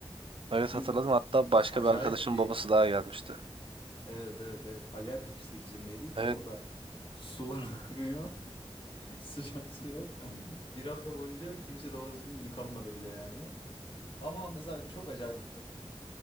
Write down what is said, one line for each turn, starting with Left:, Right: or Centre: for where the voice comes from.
Right: Evet
Left: Çünkü
Right: hatırladım. Hatta başka
Left: acayip
Right: bir arkadaşın
Left: bir
Right: babası daha gelmişti.
Left: evet evet evet acayip bir pislik içindeydik.
Right: Evet.
Left: Orada sular <laughs> akmıyor. <laughs> Sıcak su yok. Bir hafta boyunca kimse doğru düzgün yıkanmadı bile yani. Ama mesela çok acayip